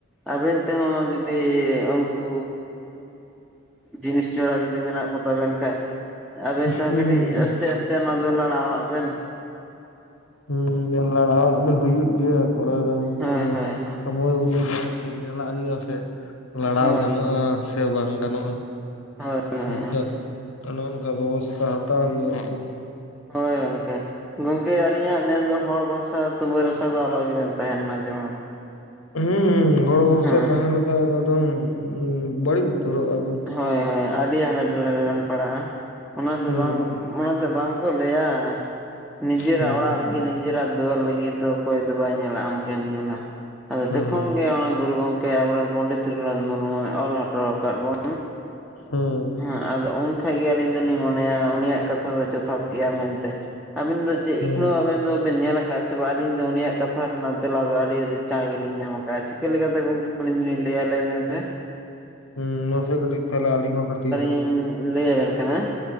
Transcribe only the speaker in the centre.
ᱟᱵᱮᱱ ᱛᱮᱦᱚᱸ ᱡᱩᱫᱤ ᱩᱱᱠᱩ ᱡᱤᱱᱤᱥ ᱡᱚᱲᱟ ᱡᱩᱫᱤ ᱢᱮᱱᱟᱜ ᱠᱚᱛᱟᱵᱮᱱ ᱠᱷᱟᱡ ᱟᱵᱮᱱ ᱛᱮᱦᱚᱸ
ᱠᱟᱹᱴᱤᱡ ᱟᱥᱛᱮ ᱟᱥ ᱛᱮ ᱚᱱᱟ ᱫᱚ ᱞᱟᱲᱟᱣᱟᱜ ᱵᱮᱱ,
ᱦᱳᱭ ᱦᱳᱭ ᱦᱳᱭ
ᱦᱳᱭ
<unintelligible>
ᱦᱳᱭ ᱜᱚᱝᱠᱮ᱾ ᱜᱚᱝᱠᱮ ᱟᱹᱞᱤᱧᱟᱜ ᱢᱮᱱᱫᱚ, ᱦᱚᱲ ᱵᱷᱟᱥᱟ ᱛᱩᱢᱟᱹ ᱨᱟᱥᱟ ᱫᱚ ᱟᱞᱚ ᱜᱮᱵᱮᱱ ᱛᱟᱦᱮᱱ ᱢᱟ ᱡᱮᱢᱚᱱ᱾
ᱦᱮᱸ
ᱦᱳᱭ ᱦᱳᱭ, ᱟᱹᱰᱤ ᱦᱟᱞᱮ ᱰᱟᱞᱮ ᱨᱮᱵᱮᱱ ᱯᱟᱲᱟᱜ-ᱟ, ᱚᱱᱟ
ᱫᱚ ᱵᱟᱝ ᱚᱱᱟ ᱫᱚ ᱵᱟᱝ᱾ ᱠᱚ ᱞᱟᱹᱭᱟ ᱱᱤᱡᱮᱨᱟᱜ
ᱚᱲᱟᱜ ᱨᱮᱜᱮ ᱱᱤᱡᱮᱨᱟᱜ ᱫᱩᱣᱟᱹᱨ ᱞᱟᱹᱜᱤᱫ ᱫᱚ᱾ ᱚᱠᱚᱭ ᱫᱚ ᱵᱟᱭ ᱧᱮᱞᱟ ᱟᱢ ᱜᱮᱢ ᱧᱮᱞᱟ ᱟᱫᱚ
ᱡᱚᱠᱷᱚᱱ ᱜᱮ ᱚᱱᱟ ᱜᱩᱨᱩ ᱜᱚᱝᱠ ᱠᱮ ᱟᱵᱚᱨᱮᱱ ᱯᱚᱱᱰᱤᱛ ᱨᱩᱹᱜᱷᱩᱱᱟᱷ ᱢᱩᱨᱢᱩᱭ ᱚᱞ ᱦᱚᱴᱚ ᱟᱠᱟᱫ ᱵᱚᱱ᱾
ᱦᱮᱸ, ᱟᱫᱚ ᱩᱱ ᱠᱷᱟᱱ ᱜᱮ ᱟᱹᱞᱤᱧ ᱫᱚᱞᱤᱧ ᱢᱚᱱᱮᱭᱟ ᱩᱱᱤᱭᱟᱜ ᱠᱟᱛᱷᱟ ᱫᱚ ᱡᱚᱛᱷᱟᱛ ᱜᱮᱭᱟ ᱢᱮᱱᱛᱮ, ᱟᱵᱮᱱ ᱫᱚ ᱪᱮᱫ
ᱮᱠᱷᱚᱱᱳ ᱟᱵᱮᱱ ᱫᱚᱵᱮᱱ ᱧᱮᱞᱟ ᱠᱟᱜ-ᱟ ᱥᱮ ᱵᱟᱝ ᱟᱹᱞᱤᱧ ᱫᱚ ᱩᱱᱤᱭᱟᱜ ᱠᱟᱛᱷᱟ ᱨᱮᱱᱟᱜ ᱛᱮᱞᱟ ᱫᱚ ᱟᱹᱰᱤ ᱪᱟᱬ ᱜᱮᱞᱤᱧ ᱧᱟᱢ ᱟᱠᱟᱜ-ᱟ, ᱪᱤᱠᱟᱹ ᱞᱮᱠᱟᱛᱮ ᱜᱚᱝᱠᱮ ᱟᱞᱤᱧ ᱫᱩᱞᱤᱧ ᱞᱮᱭᱟ ᱞᱟᱹᱭ ᱢᱮᱱ ᱥᱮ᱾
ᱞᱤᱧ ᱞᱟᱹᱭᱟ ᱵᱮᱱ ᱠᱟᱱᱟ